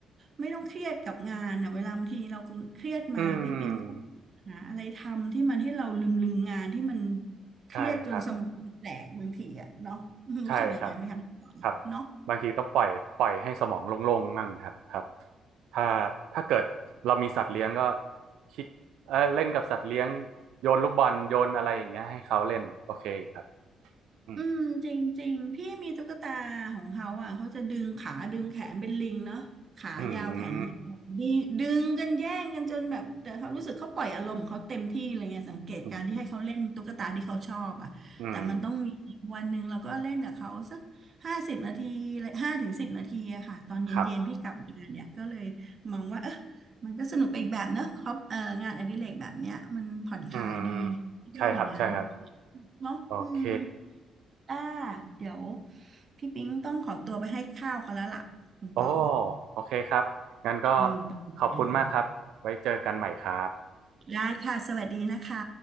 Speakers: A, on the right; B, on the right.
A: ไม่ต้องเครียดกับงานนะเวลาบางทีเราเครียดมาพี่ปิงก็
B: อืม
A: หาอะไรทำที่มันให้เราลืมลืมงานที่มันเครียดจนสมองแตกบางทีอะเนาะ
B: ใช่ครับใช่ครับ
A: รู้สึกอย่างนั้นไหมคะ
B: ครับ
A: เนาะ
B: บางทีต้องปล่อยปล่อยให้สมองโล่งๆมั่งครับครับถ้าถ้าเกิดเรามีสัตว์เลี้ยงก็คิดเออเล่นกับสัตว์เลี้ยงโยนลูกบอลโยนอะไรอย่างเงี้ยให้เขาเล่นโอเคครับอืม
A: อืมจริงๆพี่มีตุ๊กตาของเขาอ่ะเขาจะดึงขาดึงแขนเป็นลิงเนาะขายาวแขนยาวดึงดึงกันแย่งกันจนแบบแต่เขารู้สึกเขาปล่อยอารมณ์ของเขาเต็มที่เลยไงสังเกตการที่ให้เขาเล่นตุ๊กตาที่เขาชอบอ่ะแต่มันต้องมีวันหนึ่งเราก็เล่นกับเขาสักห้าสิบนาที
B: อืมอืมอืม
A: ห้าถึงสิบนาทีอะค่ะตอนเย็นๆพี่กลับมาเนี่ยก็เลยมองว่าเออ
B: ครับ
A: มันก็สนุกไปอีกแบบเนาะครับเอองานอดิเรกแบบเนี้ยมันผ่อนคลายดี
B: อืม
A: คิดว่าอย่างนั้น
B: ใช่ครับใช่ครับ
A: เนาะอืม
B: โอเค
A: อ่าเดี๋ยวพี่ปิ๊งต้องขอตัวไปให้ข้าวเขาแล้วล่ะคุณปอ
B: โอ้โอเคครับงั้นก็
A: ลืมไปเลย
B: ขอบคุณมากครับไว้เจอกันใหม่ครับ
A: ได้ค่ะสวัสดีนะคะ